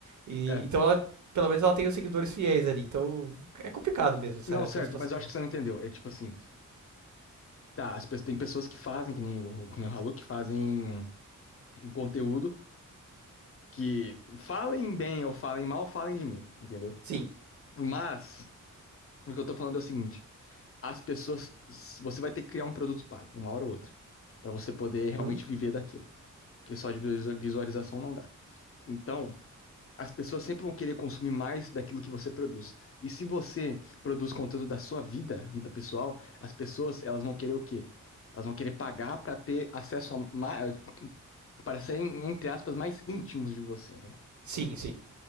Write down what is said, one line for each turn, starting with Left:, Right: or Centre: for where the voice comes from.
Right: E,
Left: é.
Right: então, ela, pelo menos ela tem os seguidores fiéis ali. Então, é complicado mesmo essa,
Left: Não,
Right: essa
Left: certo,
Right: situação
Left: mas eu acho
Right: aí.
Left: que você não entendeu. É tipo assim. Tá, as pessoas, tem pessoas que fazem, que nem, o- que nem o Halu, que fazem um conteúdo que falem bem ou falem mal, falem de mil, entendeu?
Right: Sim.
Left: Mas, o que eu tô falando é o seguinte: as pessoas. Você vai ter que criar um produto pago, uma hora ou outra, pra você poder
Right: Uhum.
Left: realmente viver daquilo. Porque só de visualização não dá. Então, as pessoas sempre vão querer consumir mais daquilo que você produz. E se você produz conteúdo da sua vida, vida pessoal, as pessoas, elas vão querer o quê? Elas vão querer pagar para ter acesso a mais, parecerem, entre aspas, mais íntimos de você, né?
Right: Sim, sim.